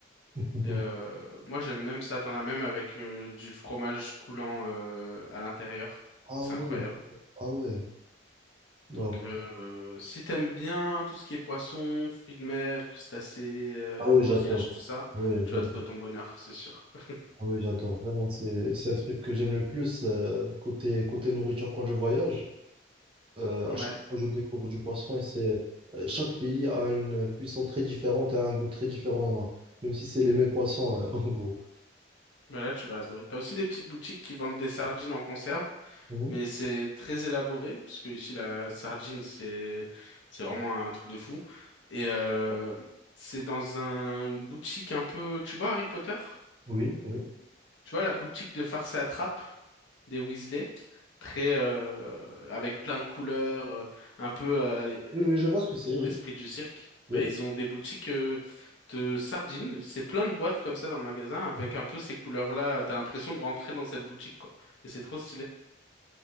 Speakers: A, on the right (about 30°); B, on the left (about 70°).
A: <laughs>
B: Et, euh, moi, j'aime même ça. T'en as même avec euh, du fromage coulant euh, à l'intérieur.
A: Ah
B: C'est
A: ouais,
B: incroyable.
A: ah ouais. Wow.
B: Donc, euh, si t'aimes bien tout ce qui est poisson, fruits de mer, crustacés, euh,
A: Ah ouais,
B: coquillages,
A: j'adore.
B: tout ça,
A: Ouais,
B: tu
A: j'adore.
B: vas trouver ton bonheur, c'est sûr. <laughs>
A: Ah oui, j'adore vraiment. C'est, c'est un truc que j'aime le plus euh, côté, côté nourriture quand je voyage. Euh,
B: Ouais,
A: à chaque fois, je découvre du poisson et c'est euh, chaque pays a une cuisson très différente et a un goût très différent, hein, même si c'est les mêmes poissons euh, <laughs> en gros.
B: bah là, tu vas adorer. T'as aussi des petites boutiques qui vendent des sardines en conserve,
A: Mhm.
B: mais c'est très élaboré, parce que ici, la sardine, c'est c'est vraiment un truc de fou. Et euh, c'est dans un, une boutique un peu... Tu vois Harry Potter?
A: Oui, oui.
B: Tu vois la boutique de farce et attrape? des Weasley, très euh, avec plein de couleurs, euh, un peu euh,
A: Oui, oui, je vois ce que c'est, oui.
B: l'esprit du cirque.
A: Oui.
B: Ben, ils ont des boutiques euh, de sardines, c'est plein de boîtes comme ça dans le magasin avec
A: <laughs>
B: un peu ces couleurs-là. T'as l'impression de rentrer dans cette boutique quoi, et c'est trop stylé.